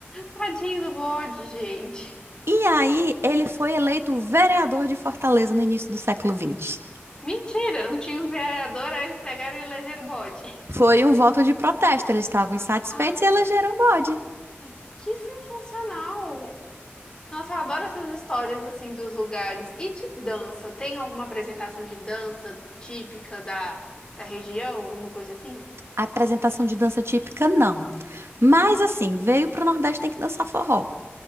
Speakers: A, on the left; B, on the right.
A: tadinho do bode, gente.
B: E aí, ele foi eleito vereador de Fortaleza no início do século XX.
A: Mentira, não tinha um vereador, aí eles pegaram e elegeram o bode.
B: Foi um voto de protesto, eles estavam insatisfeitos
A: Ah,
B: e elegeram o bode.
A: mas que sensacional! Nossa, eu adoro essas histórias assim dos lugares. E de dança, tem alguma apresentação de dança típica da, da região, alguma coisa assim?
B: Apresentação de dança típica, não. Mas assim, veio pro Nordeste tem que dançar forró.